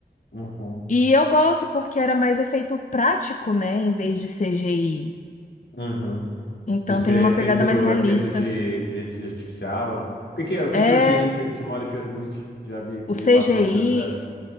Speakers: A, on the left; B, on the left.
A: uhum, uhum,
B: E eu gosto porque era mais efeito prático, né, em vez de CGI.
A: uhum.
B: Então
A: De ser
B: tem uma
A: feito,
B: pegada mais realista.
A: é feito de inteligência artificial. O que que é, o que
B: É,
A: que é o GI que, que o Molly pergunte? Já me,
B: o
A: me
B: CGI,
A: mata uma curiosidade.